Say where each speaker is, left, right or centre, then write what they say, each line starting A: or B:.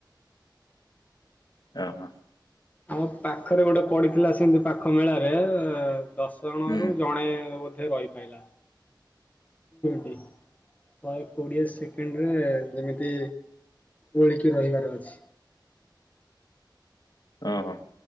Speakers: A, on the left; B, on the left.
A: ଓହୋ।
B: ଆମ ପାଖରେ ଗୋଟେ ପଡିଥିଲା ସେମିତି ପାଖ ମେଳାରେ। ଦଶ ଜଣ
A: ହୁଁ
B: ରୁ ଜଣେ। ରହି ପାଇଲ ନି। ଶହେ କୋଡିଏ ସେକେଣ୍ଡରେ ଯେମିତି ଓଳିକି ରହିବାର ଅଛି।
A: ଓ ହୋ।